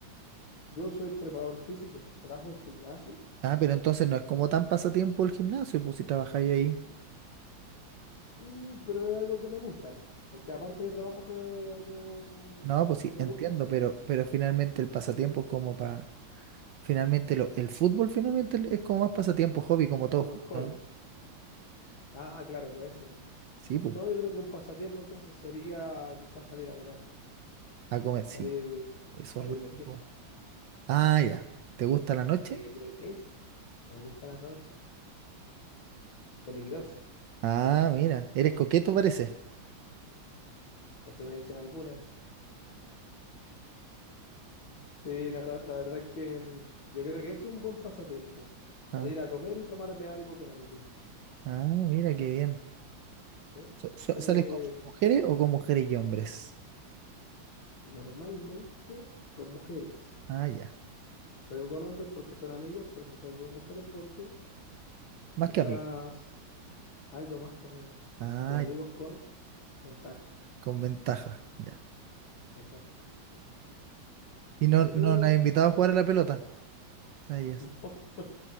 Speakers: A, on the left; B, on the right.
A: Yo soy preparador físico, trabajo en gimnasio,
B: Ah, pero entonces no es como tan pasatiempo el gimnasio, pues si trabajáis ahí.
A: mm, pero es algo que me gusta, po, porque aparte de trabajo es algo
B: No, pues sí,
A: que me
B: entiendo,
A: gusta hacer,
B: pero,
A: po.
B: pero finalmente el pasatiempo es como para... Finalmente lo, el fútbol finalmente es como más pasatiempo, hobby, como
A: Es
B: todo
A: como
B: junto,
A: el hobby.
B: ¿no?
A: Ah, claro, puede ser. po.
B: Sí,
A: Un-
B: pues.
A: no, yo creo que un pasatiempo entonces sería quizás salir a comer.
B: A comer, sí.
A: Salir,
B: Eso
A: salir
B: es rico.
A: de fiesta.
B: Ah, ya. ¿Te gusta la noche?
A: Sí, yo creo que es, me gusta la noche, peligrosa.
B: Ah, mira, eres coqueto parece.
A: Eso me dicen algunas. Sí, no, la, la verdad es que mm, yo creo que es un buen pasatiempo. Salir
B: Ah,
A: a comer y tomarme algo con alguien.
B: ah, mira, qué bien.
A: Sí,
B: So- so-
A: creo
B: ¿Sales
A: que
B: con mujeres o con mujeres y hombres?
A: normalmente con mujeres.
B: Ah, ya.
A: Si salgo con hombres porque son amigos, pero si salgo con mujeres porque
B: Más
A: quizás
B: que amigos.
A: algo más que amigos.
B: Ah,
A: O amigos
B: ya,
A: con ventaja.
B: con ventaja, ya.
A: Exacto.
B: ¿Y no,
A: Sí,
B: no
A: pero
B: las has invitado a jugar a la pelota? A ellas.
A: <laughs> no,